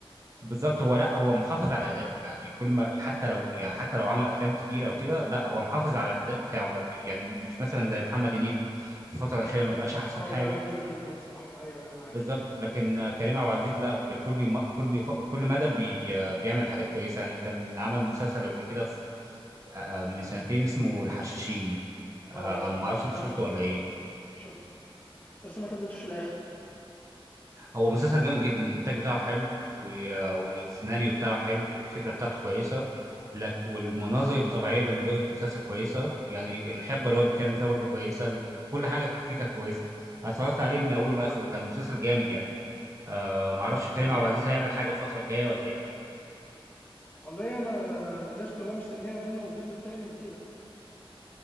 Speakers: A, on the right (about 35°); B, on the left (about 20°).
A: بالظبط هو لا هو محافظ على ادائه يعني كل ما حتى لو يعني حتى لو عمل افلام كتيره او كده لا هو محافظ على الاداء بتاعه ما بي- يعني مش مثلا زي محمد هنيدي في الفتره الاخيره ما بقاش احسن
B: اه
A: حاجه
B: لا نزل جدا صراحة ايوه ايوه معاك
A: بالظبط لكن آه، كريم عبد العزيز لا بكل م... كل ف... كل مدى بي... آه، بيعمل حاجات كويسه يعني كان عمل مسلسل قبل كده في... آه، آه، من سنتين اسمه الحشاشين
B: اه
A: آه، ما اعرفش
B: سمعت
A: انت شفته ولا ايه
B: شفت بس ما كملتوش الاخر
A: هو مسلسل جامد جدا الانتاج بتاعه حلو و- والسيناريو بتاعه حلو والفكره بتاعته كويسه لك والمناظر الطبيعيه اللي موجوده في المسلسل كويسه يعني الحقبه اللي هو بيتكلم فيها برضه كويسه كل حاجه فيه كانت كويسه انا اتفرجت عليه من اوله لاخره كان مسلسل جامد يعني أه، معرفش كريم
B: ايوه
A: عبد
B: ايوه
A: العزيز هيعمل حاجه الفتره الجايه ولا ايه
B: والله انا الناس كلها مستنيه منه الجزء التاني من الزيبق